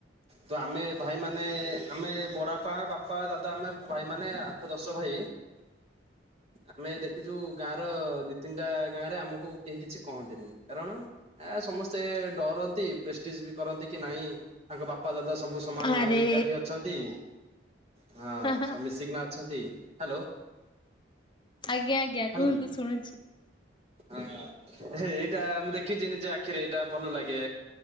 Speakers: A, on the right; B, on the left.
A: ତ ଆମେ ଭାଇ ମାନେ ଆମେ ବଡଆପା ବାପା ଦାଦା ଆମେ ଭାଇ ମାନେ ଆଠ ଦଶ ଭାଇ ଆମେ କି ଯୋଉ ଗାଁ ର ଦି ତିନିଟା ଗାଁ ରେ ଆମକୁ କେହି କିଛି କହନ୍ତିନି କାରଣ ସମସ୍ତେ ଡରନ୍ତି ପ୍ରେଷ୍ଟିଜ ବି କରନ୍ତି କି ନାଇଁ ତାଙ୍କ ବାପା ଦାଦା ସବୁ ସମାନ
B: ଆରେ
A: ଏକାଠି ଅଛନ୍ତି। ହଁ
B: ହାଁ ହାଁ
A: ସବୁ ମୀଶିକନା ଅଛନ୍ତି। ହ୍ୟାଲୋ।
B: ଆଜ୍ଞା ଆଜ୍ଞା
A: ହ୍ୟାଲୋ
B: କୁହନ୍ତୁ ଶୁଣୁଛି।
A: ହଁ ହେ ଏଇଟା ମୁଁ ଦେଖିଛି ନିଜେ ଆଖିରେ ଏଇଟା ଭଲ ଲାଗେ